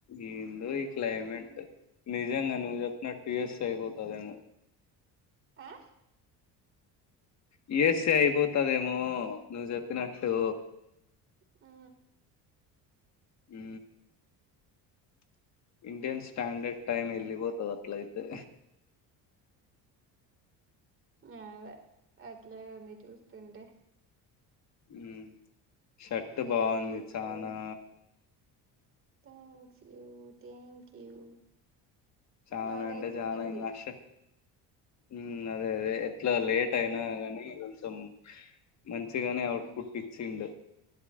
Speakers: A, on the left; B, on the right.
A: ఎందో
B: హ్మ్
A: ఈ క్లైమేట్ నిజంగా నువ్వు చెప్పినట్టు యూ ఎస్ ఎ అయిపోతదేమో.
B: ఆ
A: యూ ఎస్ ఎ అయిపోతదేమో నువ్వు చెప్పినట్టు.
B: ఆ
A: హ్ ఇండియన్ స్టాండర్డ్ టైమ్ ఎళ్ళి పోతది అట్లఅయితే.
B: అదే ఆ ట్లే ఉంది చూస్స్తుంటే.
A: హ్ షర్ట్ బావుంది
B: ఈరోజు
A: చానా.
B: Thanks you thank you.
A: చానా
B: వాడే
A: అంటే
B: కుట్టింది
A: చానా ఇంగా ష హ్ అదే అదే. ఇట్లో లేట్ అయినా
B: ఉమ్,
A: కాని కొంచెం మంచిగనే అవుట్పుట్
B: ఉమ్.
A: ఇచ్చిండు.